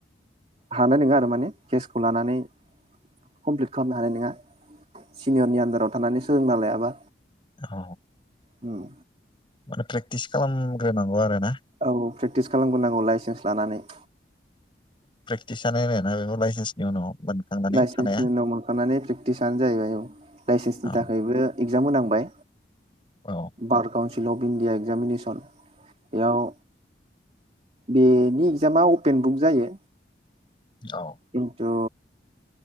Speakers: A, on the right (about 35°); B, on the left (about 30°).
A: हानाय नङा आरो माने केसखौ लानानै कमप्लिट खालामनो हानाय नङा सिनियरनि आन्दाराव थानानै सोलोंना लायाबा।
B: औ
A: हम
B: प्रेकटिस खालामग्रोनांगौ आरो ना?
A: औ प्रेक्टिस खालामग्रोनांगौ लाइसेन्स लानानै।
B: <unintelligible> बेखौ लाइसेन्सनि उनाव। मोनखांनानै
A: लाइसेन्सनि
B: थानाया
A: उनाव मोनखांनानै प्रेकटिस आनो जाहैबाय औ लाइसेन्सनि
B: औ
A: थाखायबो एग्जाम होनांबाय।
B: औ
A: बार कउनसिल अफ इणडिया एग्जाम मेनेसोन। बेयाव बेनि इक्जामा अपेन बुक जायो।
B: औ
A: खिन्थु